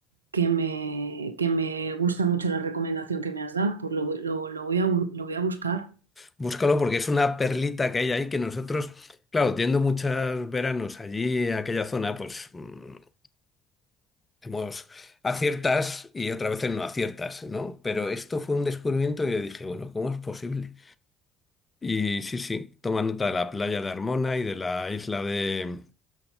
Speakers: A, on the right (about 85°); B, on the left (about 20°).
A: que me, que me gusta mucho la recomendación que me has dado, pues lo, voy- lo, lo voy a, bu- lo voy a buscar.
B: Búscalo porque es una perlita que hay ahí que nosotros, claro, yendo muchos veranos allí, a aquella zona, pues mm, hemos aciertas y otras veces no aciertas, ¿no? Pero esto fue un descubrimiento que yo dije, bueno, ¿cómo es posible? Y sí, sí, toma nota de la playa de Armona y de la isla de,